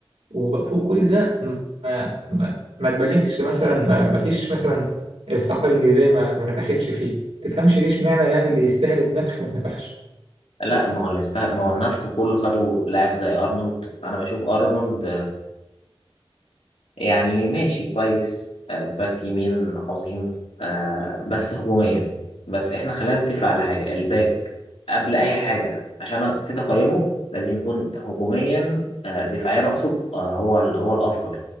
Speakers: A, on the right (about 85°); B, on the left (about 85°).
A: وفوق كل ده ما ما, ما تبالغش مثلا ما, ما فيش مثلا الصحافة الإنجليزية ما, ما نفختش فيه تفهمش ليش معنى يعني اللي يستاهل النفخ ما اتنفخش
B: لا ما هو الاست- ما هو النفخ كله خدوا لاعب زي ارنولد انا بشوف ارنولد يعني ماشي كويس آه، باك يمين عظيم آه، بس هجوميا بس احنا خلينا نتفق على حاجة الباك قبل أي حاجة عشان أبتدي أقيمه لازم يكون هجوميا آه، دفاعيا أقصد آه، هو ال- هو الأفضل